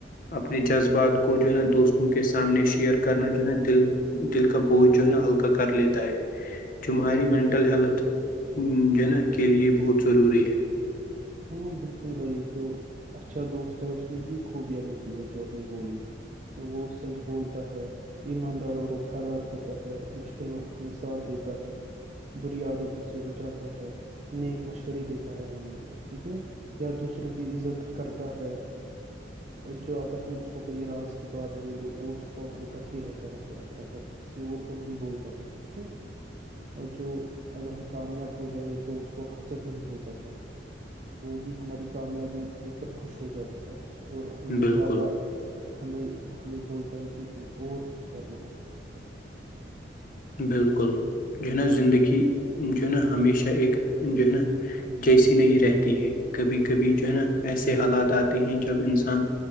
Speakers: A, on the left (about 50°); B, on the right (about 40°).
A: اپنے جذبات کو جو ہے نا دوستوں کے سامنے شیئر کرنا جو ہے نا دل دل کا بوجھ جو ہے نا ہلکا کر لیتا ہے جو ہماری مینٹل ہیلتھ جو ہے نا کے لیے بہت ضروری ہے
B: ہاں بالکل بھائی جو اچھا دوست ہے اس میں ہی خوبیاں ہوتی ہے جو اپنی بولی وہ سچ بولتا ہے ایماندار اور وفادار ہوتا ہے مشکل وقت میں ساتھ دیتا ہے بری عادتوں سے بچاتا ہے نیک مشورے دیتا ہے ہمیں ٹھیک ہے یا دوسروں کی عزت کرتا ہے جو اگر ہم اس کو کوئی راز کی بات بول اس کو اپنے تک ہی رہتا ہے رکھتا ہے کسی اور کو نہیں بولتا ہے ٹھیک ہے اور جو اگر ہم کامیاب ہو جائے تو اس کو حسد نہیں ہوتا ہے وہ بھی ہماری کامیابی دیکھ کر خوش ہو جاتا ہے اور ہمیں
A: بالکل
B: زیادہ ہمیں ہمیں بولتا ہے کہ تم اور کچھ کر لو
A: بالکل جو ہے نا زندگی جو ہے نا ہمیشہ ایکک جو ہے نا جیسی نہیں رہتی ہے کبھی کبھی جو ہے نا ایسے حالات آتے ہیں جب انسان